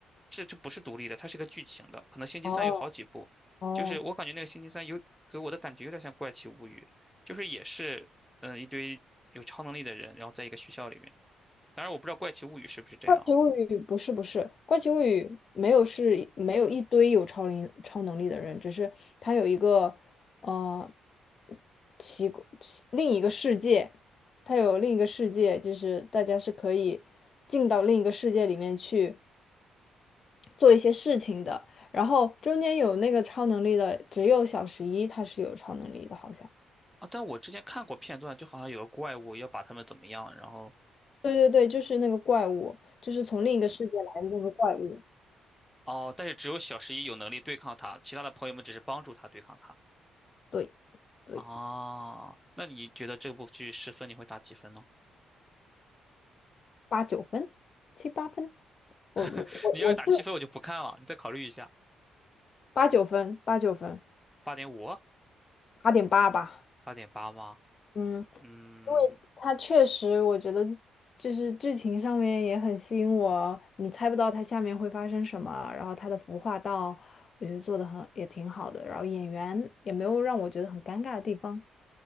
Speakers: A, in the centre; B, on the left (about 50°).
A: 这这不是独立的，它是个剧情的，可能星期三有好几部。
B: 哦哦。
A: 就是我感觉那个星期三有给我的感觉有点像《怪奇物语》，就是也是嗯、呃一堆有超能力的人，然后在一个学校里面。当然我不知道《怪奇物语》是不是这样
B: 奇物语不是不是，怪奇物语没有是没有一堆有超灵超能力的人，只是他有一个呃奇怪奇另一个世界，他有另一个世界，就是大家是可以进到另一个世界里面去做一些事情的。然后中间有那个超能力的，只有小十一他是有超能力的，好像。
A: 啊，啊但我之前看过片段，就好像有个怪物要把他们怎么样，然后
B: 对对对，就是那个怪物，就是从另一个世界来的那个怪物。
A: 哦，但是只有小十一有能力对抗他，其他的朋友们只是帮助他对抗他。
B: 对对，
A: 哦，那你觉得这部剧十分你会打几分呢？
B: 八九分，七八分。我我我我是
A: <laughs> 你要是打七分，我就不看了，你再考虑一下，
B: 八九分，八九分，
A: 八点五、
B: 八点八吧。
A: 八点八吗？
B: 嗯，
A: 嗯，
B: 因为他确实，我觉得就是剧情上面也很吸引我，你猜不到它下面会发生什么，然后它的服化道，我觉得做的很也挺好的，然后演员也没有让我觉得很尴尬的地方。